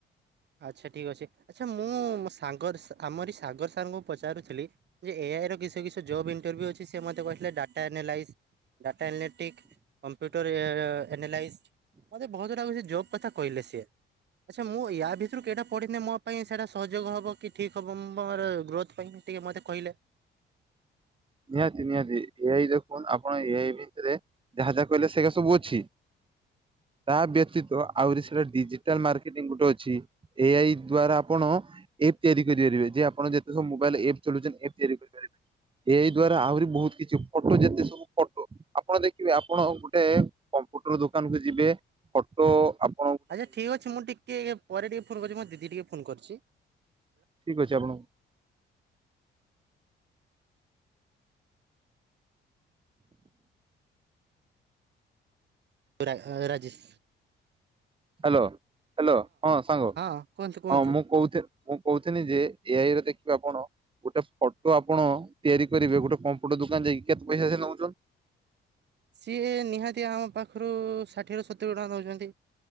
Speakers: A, on the right (about 60°); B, on the right (about 25°).
A: ଆଚ୍ଛା ଠିକ୍ ଅଛି ଆଚ୍ଛା ମୁଁ ସାଗର ଆମରି ସାଗର ଙ୍କୁ ପଚାରୁଥିଲି ଯେ ଏଆଇ ର କିଛି କିଛି ଜବ୍ ଇଣ୍ଟରଭ୍ୟୁ ଅଛି ସେ ମତେ କହିଥିଲେ data analyse data analytic computer ଏ ଏନାଲାଇସ୍ଡ ମତେ ବହୁତ ଗୁଡ଼ା କିଛି ଜବ କଥା କହିଲେ ସିଏ। ଆଚ୍ଛା ମୁଁ ୟା ଭିତରେ ଥିରୁ ଏଇଟା ପଢିିନେ ମୋ ପାଇଁ ସେଟା ସହୋଯୋଗ ହବ କି ଠିକ ହବ ମୁଁ ମୋର ଗ୍ରୋଥ ପାଇଁ ଟିକେ ମତେ କହିଲେ
B: ନିହାତି, ନିହାତି। ଏ ଆଇ ଦେଖନ୍ ଆପଣ ଏଆଇ ଭିତରେ ଯାହା ଯାହା କହିଲେ ସେଇଗା ସବୁ ଅଛି। ତା ବ୍ୟତୀତ ଆହୁରି ସେଟା ଡିଜିଟାଲ ମାର୍କେଟିଙ୍ଗ ଗୋଟେ ଅଛି ଏ ଆଇ ଦ୍ଵାରା ଆପଣ ଏପ୍ ତିଆରି କରିପାରିବେ, ଯେ ଆପଣ ଯେତେ ସବୁ ମୋବାଇ ରେ ଏପ ଚଲାଉଛନ ଏପ ତିଆରି କରିପାରିବେ। ଏଇ ଦ୍ଵାରା ଆହୁରି ବହୁତ କିଛି ଫଟୋ ଯେତେ ସବୁ ଫଟୋ ଆପଣ ଦେଖିବେ ଆପଣ ଗୋଟେ କମ୍ପ୍ୟୁଟର ଦୋକାନ କୁ ଯିବେ ଫଟୋ ଆପ
A: ଆଚ୍ଛା ଠିକ ଅଛି, ମୁଁ ଟିକେ ପରେ ଟିକେ ଫୋନ କରୁଛି ମୋ ଦିଦି ଟିକେ ଫୋନ କରୁଛି।
B: ଠିକ ଅଛି ଆପଣଙ୍କୁ
A: <unintelligible>
B: ହାଲୋ, ହାଲୋ, ହଁ ସାଙ୍ଗ,
A: ହଁ କୁହନ୍ତୁ କୁହନ୍ତୁ
B: ହଁ ମୁଁ କହୁ ମୁଁ କହୁଥିଲି ଯେ ଏଆଇରେ ଦେଖ ଆପଣ ଗୋଟେ ଫୋଟୋ ଆପଣ ତିଆରି କରିବେ ଗୋଟେ କମ୍ପ୍ୟୁଟର ଦୋକାନ ଯାଇକି କେତେ ପଇସା ସେ ନଉଛନ୍?
A: ସିଏ ନିହାତି ଆମ ପାଖରୁ ଷାଠିଏରୁ ସତୁରି ଟଙ୍କା ନଉଛନ୍ତି।